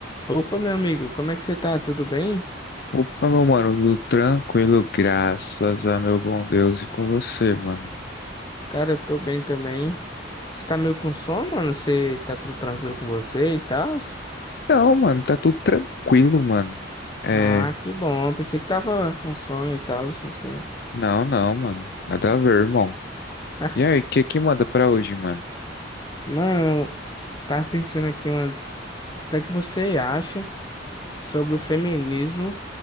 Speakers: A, on the left; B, on the left.
A: Opa, meu amigo, como é que você tá? Tudo bem?
B: Opa, meu mano, tudo tranquilo, graças a meu bom Deus e com você, mano.
A: Cara, eu tô bem também. Você tá meio com sono, mano? Você tá tudo tranquilo com você e tal?
B: Não, mano, tá tudo tranquilo, mano. É,
A: Ah, que bom. Pensei que tava com sono e tal, essas coisas.
B: não, não, mano, nada a ver, irmão.
A: <laughs>
B: E aí, o que que manda pra hoje, mano?
A: Mano, eu tava pensando aqui, mano, o que é que você acha sobre o feminismo